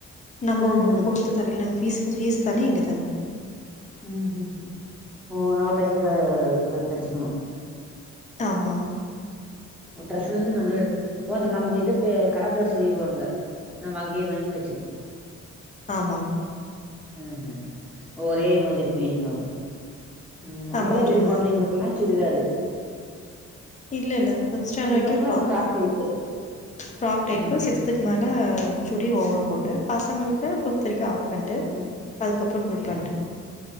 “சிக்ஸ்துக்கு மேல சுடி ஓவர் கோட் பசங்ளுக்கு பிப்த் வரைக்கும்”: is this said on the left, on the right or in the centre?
Left